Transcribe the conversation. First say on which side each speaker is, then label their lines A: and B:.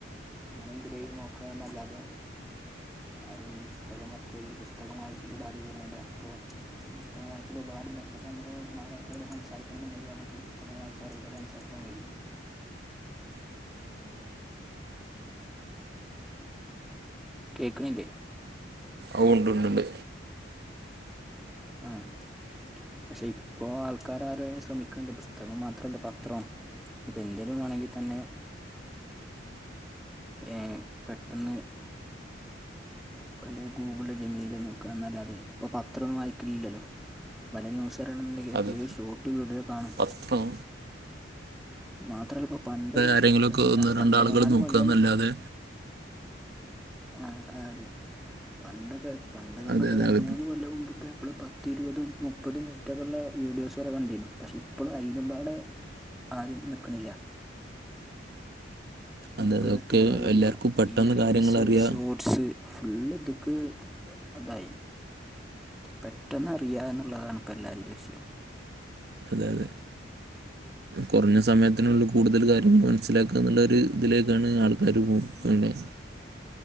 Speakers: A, in the centre; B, on the right (about 55°).
A: അഎന്തിലേലും നോക്കാഎന്നല്ലാതെ ആരും പുസ്തകം മർച്ചോകി പുസ്തകം വായിച്ചിട്ടുണ്ട് ആരങ്കി <unintelligible> അപ്പൊ പുസ്തകം വാ ഉപകാരം എന്താച്ച പ്പം ഞമ്മക്ക് നാലാൾക്കാരോട് സംസാരിക്കണന്നുണ്ടങ്കിൽ നമ്മക്ക് പുസ്തകം വായിച്ച ഓലോട് സംസാരിക്കാൻ കഴിയും കേക്ക്ണില്ലേ
B: ഔ ണ്ടുണ്ട്ണ്ട്
A: ആഹ് പക്ഷെ ഇപ്പോ ആൾക്കാരാരു അയിന് ശ്രമിക്ക്ണ്ട് പുസ്തകം മാത്രല്ല പത്രോ ഇപ്പ എന്തേലും വാണങ്കി തന്നെ ഏഹ് പെട്ടെന്ന് ബല്ല ഗൂഗ്ൾലൊ ജമിനീലൊ നോക്കാന്നാല്ലാതെ ഇപ്പൊ പത്രൊന്നും വായിക്കൽല്ലല്ലോ പലെ ന്യൂസറയണെന്ന്ണ്ടങ്കില്
B: അതെ
A: ടിവി ശോട്ട് വീഡിയോ കാണും
B: പത്രം
A: മാത്രല്ല ഇപ്പോ പണ്ട്
B: ആരെങ്കിലുമൊക്കെ
A: ഒരു ന
B: ഒന്ന്
A: രണ്ട്
B: രണ്ടാളുകൾ
A: മൂന്നാല്
B: നോക്കുകന്നല്ലാതെ
A: കൊല്ലം ആഹ് അതെ പണ്ടൊക്ക പണ്ട്ന്നർഞ്ഞ
B: അതെ
A: ഇപ്പ
B: അതെ
A: രണ്ട്
B: അതെ
A: മൂന്ന് കൊല്ലം മുമ്പ്പ്പെപ്പളും പ ത്തി ഇരുപതും മുപ്പതും മിൻറ്റൊക്കെള്ളേ വീഡിയോസ് വരെ കണ്ടീനു പക്ഷേ ഇപ്പളും അയിനുംപാടെ ആരും നിക്ക്ണില്ല
B: അതെ
A: മുപ്പത് സെക്കൻഡുള്ള
B: ഒക്കെ
A: വീഡിയോ
B: എല്ലാവർക്കും പെട്ടെന്ന്
A: ഈ റീൽസ്
B: കാര്യങ്ങൾ അറിയാം
A: ഷോ സ് ഫുള്ള്തക്ക്‌ അതായി പെട്ടെന്ന് അറിയ എന്നുള്ളതാണ് ഇപ്പ എല്ലാരിം ലക്ഷ്യം
B: അതെ അതെ കൊർഞ്ഞ സമയത്തിനുള്ള് കൂടുതല് കാര്യങ്ങള് മൻസ്സിലാക്കാന്നുള്ളൊര് ഇത് ലേക്കാണ് ആള് <unintelligible>